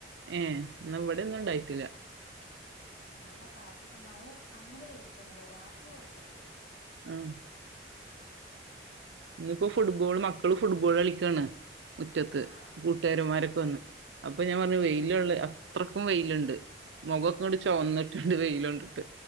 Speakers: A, on the right; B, on the left.
A: ഏഹ് ഇന്നാ ഇവടെയൊന്നും ഇണ്ടായിട്ടില്ല.
B: ഉം ഉം നല്ല കാറ്റിശി മഴ അങ്ങനെ പെയ്തിട്ടൊന്നുല്ല രാത്രി കൊറച്ചൊക്കെ പെയ്ത്
A: ആഹ് ഇന്നിപ്പോ ഫുട്ബോള്
B: ഉം
A: മക്കള് ഫുട്ബോള് കളിക്കാണ് മുറ്റത്ത്
B: ആഹ്
A: കൂട്ടുകാരന്മാരൊക്കെ വന്ന് അപ്പൊ ഞാൻ പറഞ്ഞു വെയിലൊള്ളെ
B: ആഹ് ആഹ്
A: അത്രക്കും വെയിലുണ്ട്. മൊഖക്കെ ഇങ്ങട്
B: ആഹ്
A: ചൊവന്നിട്ട്ണ്ട് വെയിലൊണ്ടിട്ട്